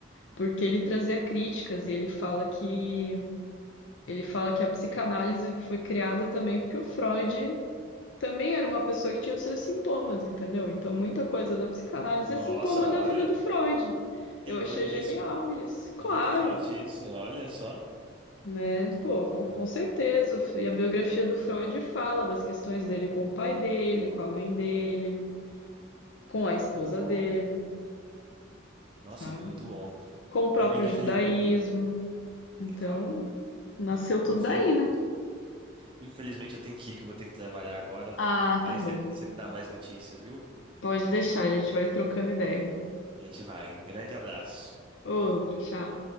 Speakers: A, on the left (about 65°); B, on the right (about 25°).
A: porque ele trazia críticas e ele fala que ele fala que a psicanálise foi criada também porque o Freud também era uma pessoa que tinha seus sintomas, entendeu? Então muita coisa da psicanálise
B: Nossa,
A: é sintoma da
B: olha,
A: vida do Freud.
B: que
A: Eu
B: doido
A: achei genial
B: isso.
A: isso. Claro,
B: Muito forte isso, olha só.
A: né? Pô,
B: Hum.
A: com, com certeza. E a biografia do Freud fala das questões dele com o pai dele, com a mãe dele, com a esposa
B: Uau.
A: dele,
B: Nossa,
A: sabe?
B: muito bom.
A: Com o próprio
B: E, amiga,
A: judaísmo.
B: infeliz... Ah,
A: Então,
B: Legal.
A: nasceu tudo
B: Infel-
A: daí, né?
B: Infelizmente eu tenho que ir, que eu vou ter que trabalhar agora.
A: Ah,
B: Mas
A: tá bom.
B: depois você me dá mais notícias, viu?
A: Pode deixar, a gente vai trocando ideia.
B: A gente vai. Um grande abraço.
A: Outro, tchau.